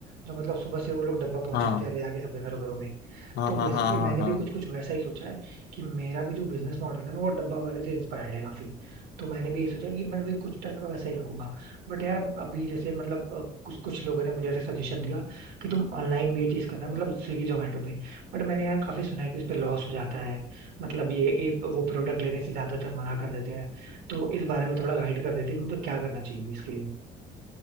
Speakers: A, on the right (about 80°); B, on the left (about 75°).
A: जो मतलब सुबह से वो लोग डब्बा पहुंचाते
B: हाँ
A: हैं ले जाके सबके घरों घरों में
B: हाँ
A: तो बेसिकली
B: हाँ हाँ हाँ
A: मैंने
B: हाँ
A: भी कुछ कुछ वैसा ही सोचा है कि मेरा भी जो बिजनेस मॉडल है ना वो डब्बा वाले से इंस्पायर्ड है काफी तो मैंने भी ये सोचा कि मैं भी कुछ टाइप का वैसा ही रखूंगा बट यार अभी जैसे मतलब अ, कुछ कुछ लोगों ने मुझे ऐसे सजेशन दिया कि तुम ऑनलाइन भी ये चीज करना मतलब स्विगी जोमेटो पे बट मैंने यार काफी सुना है कि उस पे लॉस हो जाता है मतलब ये एक वो प्रोडक्ट लेने से ज्यादातर मना कर देते हैं तो इस बारे में थोड़ा गाइड कर देते हैं कि मतलब क्या करना चाहिए इसके लिए